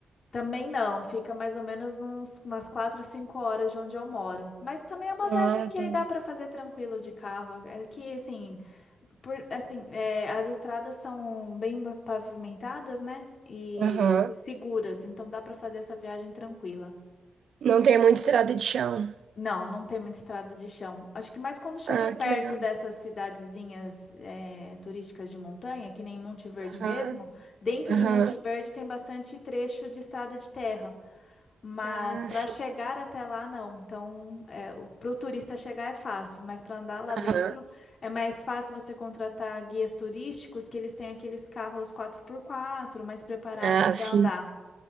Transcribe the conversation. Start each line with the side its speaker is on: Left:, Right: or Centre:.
Left: também não, fica mais ou menos uns, umas quatro, cinco horas de onde eu moro. Mas também é uma viagem
Right: Ah,
Left: que
Right: tá.
Left: aí dá para fazer tranquilo de carro. É que, assim, por, assim, é, as estradas são bem ba- pavimentadas, né? E,
Right: Aham.
Left: e seguras, então dá para fazer essa viagem tranquila.
Right: Não tem muita estrada de chão.
Left: Não, não tem muita estrada de chão. Acho que mais quando chega
Right: Ah,
Left: perto
Right: que legal.
Left: dessas cidadezinhas eh, turísticas de montanha, que nem Monte Verde
Right: Aham,
Left: mesmo, dentro
Right: aham.
Left: de Monte Verde tem bastante trecho de estrada de terra. Mas
Right: Ah,
Left: para
Right: sim.
Left: chegar até lá, não. Então, para o turista chegar é fácil, mas para andar lá dentro
Right: Aham.
Left: é mais fácil você contratar guias turísticos que eles têm aqueles carros quatro por quatro mais preparados
Right: Ah,
Left: para
Right: sim.
Left: andar